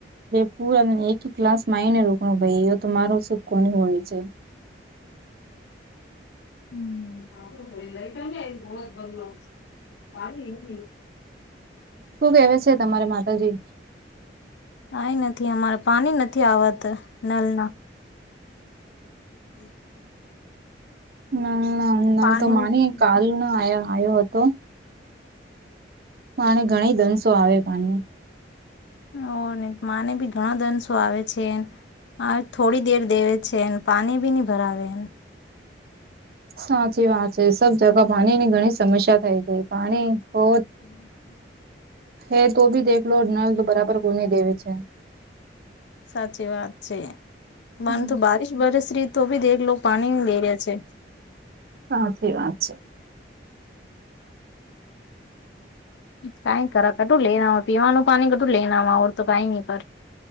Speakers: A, on the right (about 55°); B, on the left (about 70°).
A: પૂરા એક ક્લાસ માયને રોકનોભાઈ એ તો મારો શધ કોની હોલી છે.
B: <unintelligible>
A: શું કેવે છે, તમારે માતાજી?
B: કંઈ નથી, અમારે પાણી નથી આવતું નલના. હું.
A: હું ના
B: પાણી
A: તો માની કાલનો આવ્યો હતો. અને ઘણા દંશો આવે પાણી
B: ઓ ને માને બી ઘણો દંસો આવે છે એ હા, થોડી દેર દેવે છે એને પાણી ભી નહી ભરાવે
A: સાચી વાત છે. સબ જગા પાણીની ઘણી સમસ્યા થઈ ગઈ, પાણી ઓ હે તો ભી દેખલો, નલ તો બરાબર કોુને દેવે છે
B: સાચી વાત છે. માને
A: હમ
B: તો બારિશ બરસરી તો બી દેખલો પાણી લઈ ર્યા છે
A: સાચી વાત છે.
B: કઈ કરા કટું લેના વા પીવાનું પાણી, કટું લેના વા તો કઈ ન કર